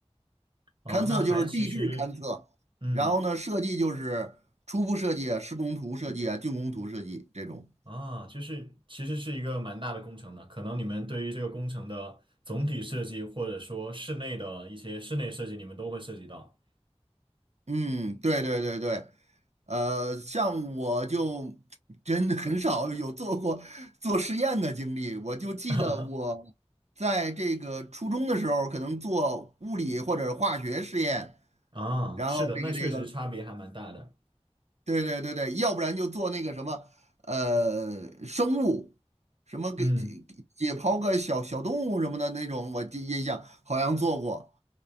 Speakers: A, on the right (about 50°); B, on the right (about 80°).
A: 啊，
B: 勘测就是地质勘测，
A: 那还其实，嗯
B: 然后呢，设计就是初步设计啊、施工图设计啊、竣工图设计这种。
A: 啊，就是其实是一个蛮大的工程的。可能你们对于这个工程的总体设计，或者说室内的一些室内设计，你们都会涉及到。
B: 嗯，对对对对，呃，像我就真的很少有做过做实验的经历，我就记得我在这个初中的时候，
A: <laughs>
B: 可能做物理或者化学实验，
A: 啊，
B: 然后这个这个
A: 是的，那确实差别还蛮大的。
B: 对对对对，要不然就做那个什么，呃，生物，什么给解解剖个小小动物什么的那种，
A: 嗯。
B: 我记印象好像做过。